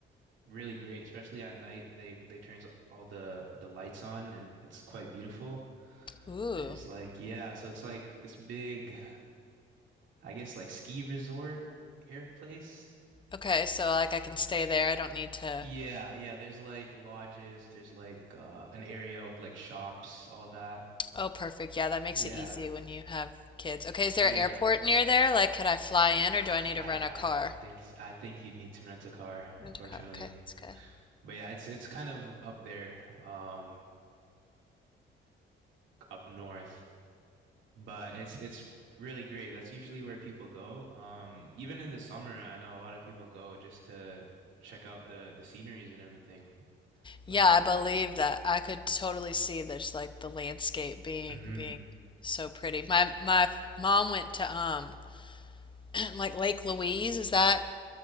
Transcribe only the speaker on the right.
really great, especially at night. They they turns all the the lights on and it's quite beautiful.
There's like yeah, so it's like this big I guess like ski resort air place.
Yeah, yeah, there's like lodges, there's like uh an area with like shops, all that.
Yeah.
Yeah.
<sighs>
I
I
don't think I think you'd need to rent a car, unfortunately.
But yeah, it's it's kind of up there, um up north, but it's it's really great. That's usually where people go. Um even in the summer, I know a lot of people go just to check out the the sceneries and everything.
Like,
mhm.